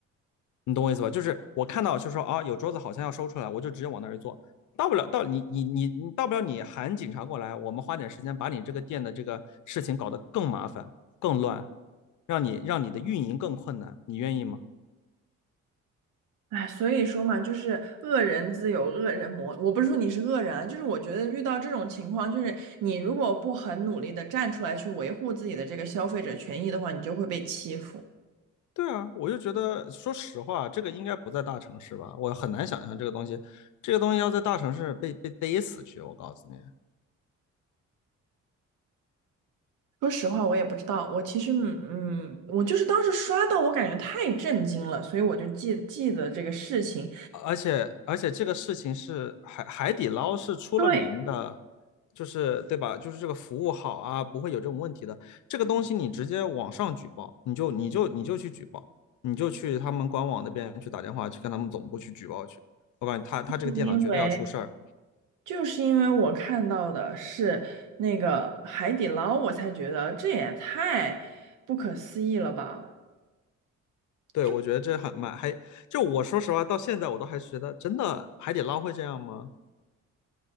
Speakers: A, on the left; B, on the right.
A: 你懂我意思吧？就是我看到就说啊，有桌子好像要收出来，我就直接往那儿一坐。到不了，到你你你你到不了，你喊警察过来，我们花点时间把你这个店的这个事情搞得更麻烦、更乱，让你让你的运营更困难，你愿意吗？
B: 哎，所以说嘛，就是恶人自有恶人磨。我不是说你是恶人啊，就是我觉得遇到这种情况，就是你如果不很努力的站出来去维护自己的这个消费者权益的话，你就会被欺负。
A: 对啊，我就觉得，说实话，这个应该不在大城市吧？我很难想象这个东西，这个东西要在大城市被被逮死去。我告诉你，
B: 说实话，我也不知道，我其实嗯，嗯我就是当时刷到，我感觉太震惊了，所以我就记记得这个事情。
A: 而且而且这个事情是海海底捞是出了名的，
B: 对，
A: 就是对吧？就是这个服务好啊，不会有这种问题的。这个东西你直接网上举报，你就你就你就去举报，你就去他们官网那边去打电话去跟他们总部去举报去。我感觉他他这个电脑绝对要出事儿。
B: 是因为。就是因为我看到的是那个海底捞，我才觉得这也太不可思议了吧！
A: 对，
B: 因为
A: 我觉得这很蛮还就我说实话，到现在我都还是觉得真的海底捞会这样吗？